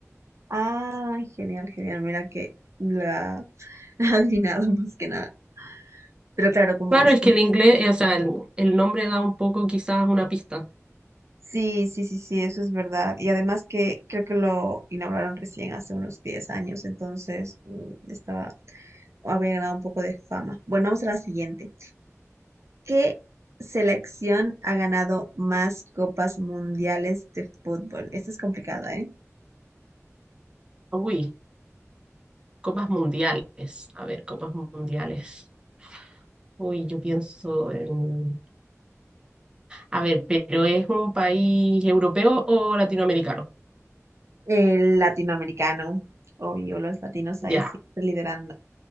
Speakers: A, on the right; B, on the right.
A: Ah, genial, genial. Mira que la <laughs> ha adivinado más que nada. Pero claro, como...
B: Claro,
A: siempre-
B: es que el inglés, eh, o sea, el, el nombre da un poco quizás una pista.
A: Sí, sí, sí, sí, eso es verdad. Y además que creo que lo inauguraron recién hace unos 10 años, entonces mm, estaba, había ganado un poco de fama. Bueno, vamos a la siguiente. ¿Qué selección ha ganado más copas mundiales de fútbol? Esto es complicado, ¿eh?
B: Uy, copas mundiales. A ver, copas mundiales. Uy, yo pienso en... A ver, ¿pero es un país europeo o latinoamericano?
A: El latinoamericano, obvio, los latinos
B: Ya.
A: ahí siempre liderando.